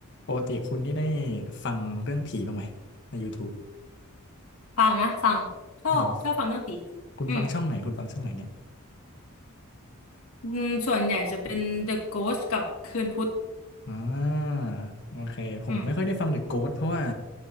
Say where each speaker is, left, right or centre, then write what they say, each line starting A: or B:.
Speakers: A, on the left; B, on the left.
A: ปกติคุณนี่ได้ฟังเรื่องผีบ้างไหมใน YouTube
B: ฟังนะฟังชอบชอบฟังเรื่องผี
A: เหรอคุณฟังช่องไหนคุณฟังช่องไหนเนี่ย
B: อืมอืมส่วนใหญ่จะเป็น The Ghost กับคืนพุธ
A: อ่าโอเคผมไม่ค่อยได้ฟังหรือะโก
B: อืม
A: s t เพราะว่า